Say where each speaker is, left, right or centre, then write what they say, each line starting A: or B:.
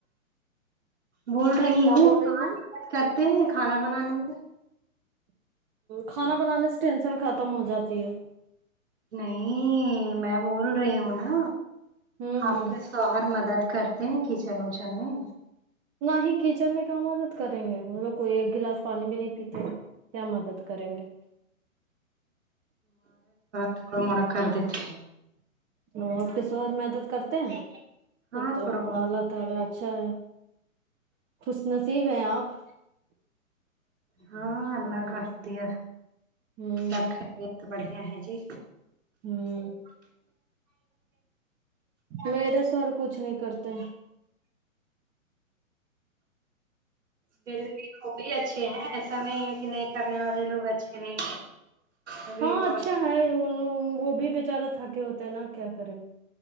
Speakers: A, on the right (about 55°); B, on the right (about 20°).
A: بول رہی
B: کیا
A: ہوں
B: بول رہی
A: ہاں مدت کرتے ہیں کھانا بنانے میں
B: کھانا بنانے سے ٹینشن ختم ہو جاتی ہے
A: نہیں میں بول رہی ہوں نا
B: ہوں
A: آپ
B: ہوں
A: کے شوہر مدد کرتے ہیں کچن وچن میں
B: نہ ہی کچن میں کیا مدد کریں گے مطلب کوئی ایک گلاس پانی بھی نہیں پیتے ہے کیا مدد کریں گے
A: <unintelligible> کردتی
B: وہ آپ کے شہر میں مدد کرتے ہیں
A: ہاں
B: سب تو
A: تھوڑا بہت
B: اچھا ہے خوش نصیب ہے آپ
A: ہاں اللہ
B: ہوں
A: کا دیا
B: ہوں
A: سب خیریت بڑھیا ہے جی
B: ہو میرے سر کچھ نہیں کرتے
A: پھر بھی وہ بھی اچھے ہیں ایسا نہیں ہے کہ نہیں کرنے والے لوگ اچھے نہیں وہ بھی
B: ہاں
A: بہت
B: اچھا ہے وہ وہ بھی بےچارہ تھکے ہوتے ہے نا کیا کریں